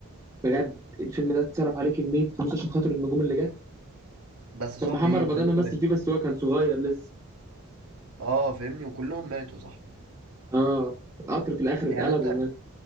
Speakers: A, on the right; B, on the right.
A: بجد الفيلم ده اتصرف عليه كميه فلوس عشان خاطر النجوم اللي جت
B: بس صاحبي
A: كان محمد
B: ايه
A: رمضان
B: كلهم
A: ممثل
B: ماتوا
A: فيه بس هو كان صغير لسه
B: اه فاهمني وكلهم ماتوا صاحبي
A: اه القطر في الاخر
B: يعني
A: اتقلب
B: انت
A: وما